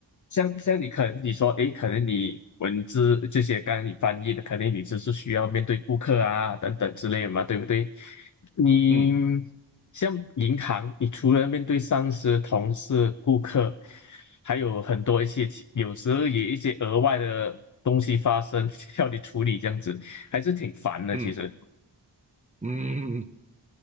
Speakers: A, on the left; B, on the right.
A: 像像你可你说，诶，可能你文字这些，刚刚你翻译的，可能你只是需要面对顾客啊等等之类的嘛，对不对？你
B: 嗯
A: 像银行，你除了面对上司、同事、顾客，还有很多一些其有时候也一些额外的东西发生，<laughs> 要你处理，这样子还是挺烦的。
B: 嗯
A: 其实
B: 嗯嗯。